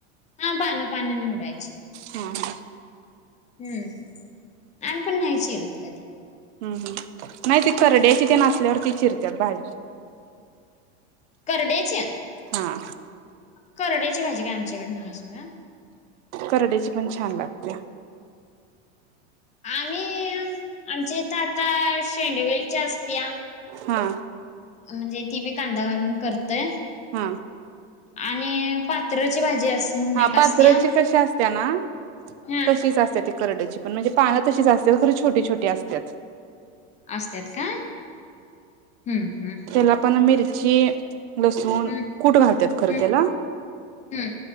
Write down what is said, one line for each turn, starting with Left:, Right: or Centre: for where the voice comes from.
Left: हा पान, पानं निवडायची.
Right: हा हा.
Left: हम्म, आम्ही पण नाही चिरत कधी.
Right: हम्म, हम्म नाही ती करड्याची ते नासल्यावर ती चिरत्यात भाजी.
Left: करड्याच्या
Right: हा.
Left: करड्याची भाजी काय आमच्याकडे नाही सोडा.
Right: करड्याची पण छान लागत्या.
Left: आम्ही आमच्या इथ आता शेंडवेलची असत्या.
Right: हा.
Left: म्हणजे ती बी कांदा घालून करतय.
Right: हा
Left: आणि पात्रची भाजी अस म्हणून
Right: हा
Left: एक असत्या
Right: पात्रची कशी असत्या ना.
Left: हा
Right: तशीच असत्या ती करड्याची. पण म्हणजे पानं तशीच असत्यात खरं छोटी छोटी असत्यात.
Left: असत्यात काय हम्म हम्म.
Right: त्याला पण मिरची, लसूण,
Left: हम्म
Right: कूट घालत्यात खरं
Left: हम्म
Right: तेला.
Left: हम्म